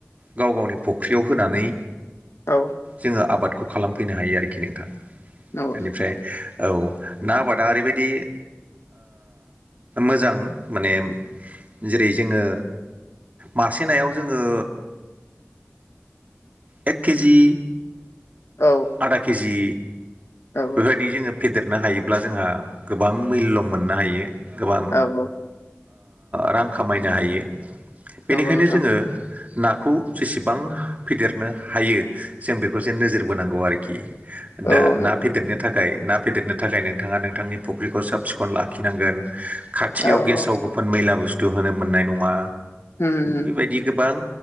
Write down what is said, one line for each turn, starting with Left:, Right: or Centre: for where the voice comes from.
Right: गाव गावनि फख्रियाव होनानै
Left: औ
Right: जोङो आबादखौ खालामफैनो हायो आरोखि नोंथां
Left: नंगौ
Right: बेनिफ्राय
Left: नोंथां
Right: औ ना आबादा ओरैबायदि मोजां माने जेरै जोङो मासे नायाव जोङो एक केजि
Left: औ
Right: आधा केजि
Left: औ
Right: बेबायदि जोङो फेदेरनो हायोब्ला जोंहा गोबां मुल्य मोननो हायो गोबां
Left: औ औ
Right: रां खामायनो हायो बेनिखायनो
Left: नंगौ नोंथां
Right: जोङो नाखौ जेसेबां फेदेरनो हायो जों बेखौसो नोजोर बोनांगौ आरोखि
Left: औ
Right: दा
Left: औ नंगौ
Right: ना फेदेरनो थाखाय ना फेदेरनो थाखाय नोंथाङा नोंथांनि फुख्रिखौ साब सिखन लाखिनांगोन खाथियाव
Left: औ
Right: गेसाव
Left: औ
Right: आफफोन मैला बुस्थु होनो मोननाय नङा
Left: उम उम
Right: बेबायदि गोबां